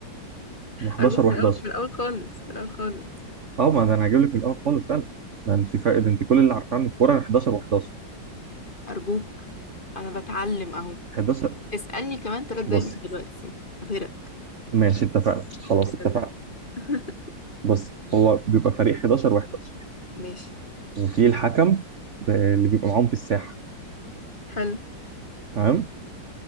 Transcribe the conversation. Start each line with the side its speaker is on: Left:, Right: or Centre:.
Right: 11
Left: أرجوك من
Right: و11
Left: الأول من الأول خالص من الأول خالص
Right: اه ما ده انا هجيب لك من الاول خالص فعلا ما انت فاقد انت كل اللي عارفاه عن الكوره 11 و11
Left: أرجوك أنا بتعلم أهو
Right: 11
Left: اسألني كمان تلات دقايق
Right: بصي
Left: من دلوقتي أبهرك
Right: ماشي اتفقنا خلاص اتفقنا
Left: <laughs> بجد.
Right: بصي هو بيبقى فريق 11 و11
Left: ماشي
Right: وفي الحكم ب- اللي بيبقى معاهم في الساحه
Left: حلو
Right: تمام